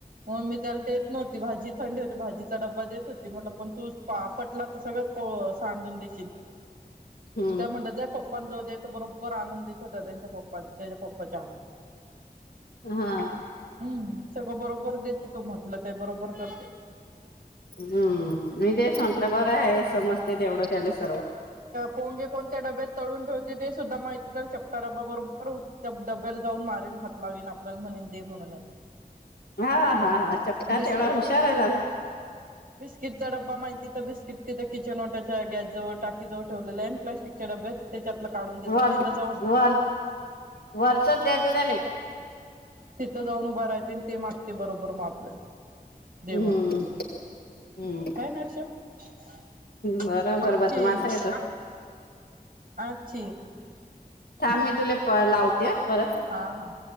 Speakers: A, on the right (about 60°); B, on the left (about 85°).
A: मग मी त्याला देत नव्हती भाजी थंडी होती भाजीचा डबा देत हो त मला पण तू पा पटला तर सगळं पो सांडून देशील
B: हम्म
A: त्या म्हणतात ज पप्पां जव द्याेत बरोबर आनंदेत हो त्यांच्या पप्प त्यांच्या पप्पाच्या हातात
B: हा
A: हम्म सगळं बरोबर देत तो म्हटलं ते बरोबर करते
B: हम्म मी तेश म्हटलं बरं आहे समजते तेवढं त्याले सर्व
A: पोंगे कोणत्या डब्यात तळून ठेवते ते सुद्धा माहिती चपटा डब्या बरोबर डब्याला जाऊन मार हात लावीन आपल्या म्हण दे म्हणून
B: हा हा हा चपटात
A: बिस्किट
B: एवढा हुशार आहे झाल
A: किट ड्बा माहिती तर बिस्किट तिथ किचन वाट्याच्या गॅसजवळ टक ज ठेवलेला आहे प्लास्टिकच्या डब्यात त्याच्या आप काढून देतात
B: वर
A: तिथं जाऊन
B: वर वरचच द्यायचं त्याले
A: तिथं जाऊन उभं राहते आणि ते मागते बरोबर मापल्या दे
B: हम्म
A: म्हणून
B: हम्म
A: ह नर्ष अच्छ
B: बरोबर
A: अचछ
B: बदमाश आहे तो
A: अचछ
B: थां मी तुले लावते परत
A: हा हा